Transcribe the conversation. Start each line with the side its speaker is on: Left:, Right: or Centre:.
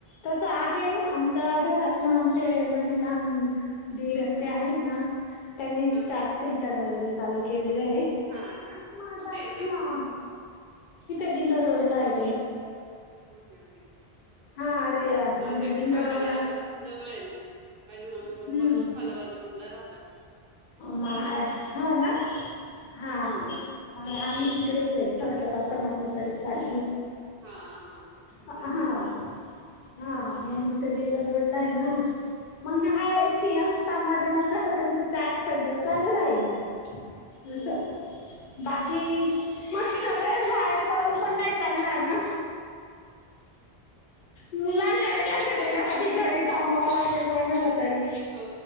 Left: तस आहे आमच्या घरात ना आमचे म्हणजे लहान धीरण ते आहेत ना त्यांनी चॅट
Right: हा
Left: सेंटर वगैरे चालू केलेले आहे
Right: हा का
Left: मग आता
Right: कुठे येते
Left: ह इथे दिडर रोडलाये
Right: ओके ओके
Left: हा अरे म्हणजे
Right: माझ्या
Left: दिंडोर
Right: माझ्या
Left: रोडला
Right: घरापासू जवळ ये मग माझी मम्मी
Left: हम्म
Right: पप्पा मखमलाबाद रोड ला राह
Left: मा हो ना हा
Right: हम्म
Left: <unintelligible> म आम्ही तिकडेच आहे थोडक्यात असं म्हटलं तरी चाल
Right: हा हा
Left: हा
Right: जवळ आहे म्हणजे
Left: हा
Right: हम्म.
Left: मग ते दिंडोरी रोडला आहे ना मग हाय सिंहस्तामध्ये
Right: हम्म.
Left: मग कसं त्यांचं चॅट सेंटर चालू राहील अस
Right: हो हो हो
Left: बाकी मग
Right: आहे
Left: सगळेच
Right: म्हणजे तुम्हाला
Left: बाहेर
Right: बिझनेस.
Left: पडून पण नाही चालणार ना मुलांकडे लक्ष
Right: ते तर
Left: देण्यासाठी
Right: आहे.
Left: घरी थांबावं लागेल कोणाला तरी
Right: हो